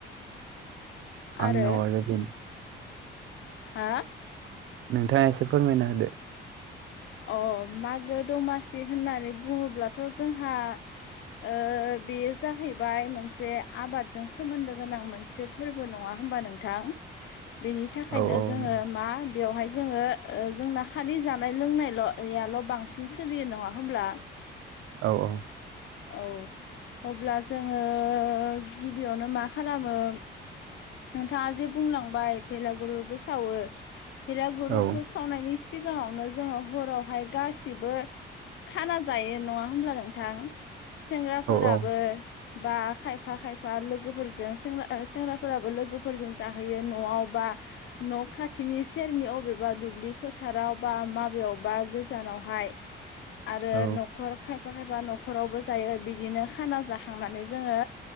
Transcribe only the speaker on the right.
आंनाव
बेनो
नोंथाङा एसे फोरमायना होदो।
औ
नों
औ औ
औ
औ
औ